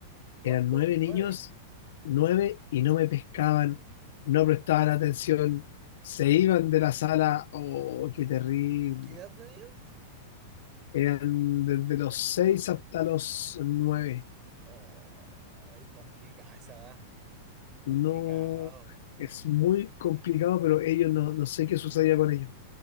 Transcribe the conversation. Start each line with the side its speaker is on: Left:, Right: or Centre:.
Right: ¿Cuánto?
Left: Eran nueve
Right: Nueve.
Left: niños, nueve, y no me pescaban, no prestaban atención, se iban de la sala. ¡Oh, qué terrible!
Right: ¿Y qué edad tenían?
Left: Eran desde los seis hasta los nueve.
Right: Oh, complicada esa edad. Complicado.
Left: No, es muy complicado, pero ellos no, no sé qué sucedía con ellos.